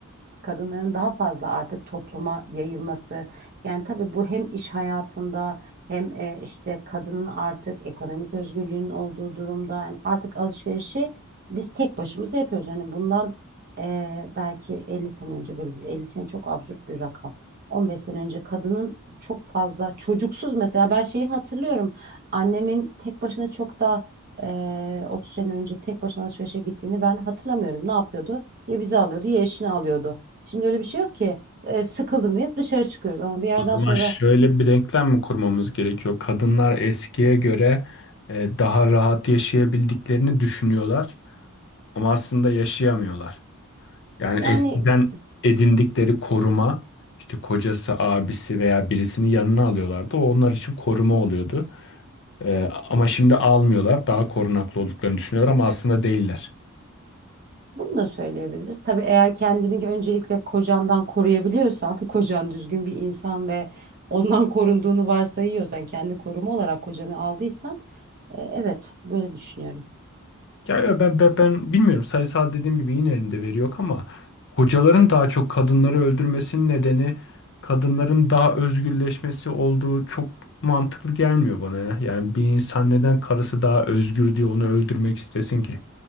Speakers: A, on the right (about 45°); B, on the left (about 55°).
A: kadınların daha fazla artık topluma yayılması. Yani tabii bu hem iş hayatında hem e, işte kadının artık ekonomik özgürlüğünün olduğu durumda yani artık alışverişi biz tek başımıza yapıyoruz. Yani bundan e, belki 50 sene önce böyle bir- 50 sene çok absürt bir rakam. 15 sene önce kadının çok fazla çocuksuz mesela ben şeyi hatırlıyorum. Annemin tek başına çok daha e, 30 sene önce tek başına alışverişe gittiğini ben hatırlamıyorum. Ne yapıyordu? Ya bizi alıyordu ya eşini alıyordu. Şimdi öyle bir şey yok ki. E, sıkıldım diye dışarı çıkıyoruz ama bir yerden
B: O zaman
A: sonra
B: şöyle bir denklem mi kurmamız gerekiyor? Kadınlar eskiye göre e, daha rahat yaşayabildiklerini düşünüyorlar ama aslında yaşayamıyorlar. Yani
A: yani
B: eskiden edindikleri koruma, işte kocası, abisi veya birisini yanına alıyorlardı. O onlar için koruma oluyordu. E, ama şimdi almıyorlar, daha korunaklı olduklarını düşünüyorlar ama aslında değiller.
A: bunu da söyleyebiliriz. Tabii eğer kendini öncelikle kocandan koruyabiliyorsan, <laughs> kocan düzgün bir insan ve ondan korunduğunu varsayıyorsan, kendi koruma olarak kocanı aldıysan, e, evet böyle düşünüyorum.
B: Ya, ya ben, ben, ben bilmiyorum sayısal dediğim gibi yine elinde veri yok ama hocaların daha çok kadınları öldürmesinin nedeni kadınların daha özgürleşmesi olduğu çok mantıklı gelmiyor bana ya. Yani bir insan neden karısı daha özgür diye onu öldürmek istesin ki?